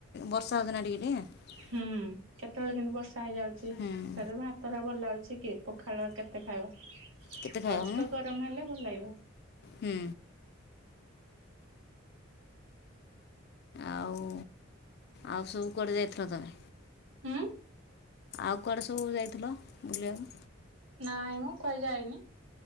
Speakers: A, on the left (about 50°); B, on the right (about 75°).
A: ବର୍ଷା ହଉଚି ନା ଟିକେ ଟିକେ
B: ହୁଁ କେତେବେଳେ କେମିତି ବର୍ଷା ହେଇଯାଉଛି।
A: ଟିକେ ହୁଁ।
B: ତାର ଭାତ ଟା ଭଲ ଅଛି କି ପଖାଳ କେତେ ଖାଇବ?
A: କେତେ ଖାଇବ
B: ଅଧିକ
A: ମ
B: ଗରମ ହେଲେ ଭଲ ଲାଗିବ।
A: ହୁଁ। ଆଉ ଆଉ ସବୁ କୁଆଡେ ଯାଇଥିଲ ତମେ?
B: ହୁଁ?
A: ଆଉ କୁଆଡେ ସବୁ ଯାଇଥିଲ? ବୁଲିବାକୁ।
B: ନାଇଁ ମୁଁ କୁଆଯାଇନି।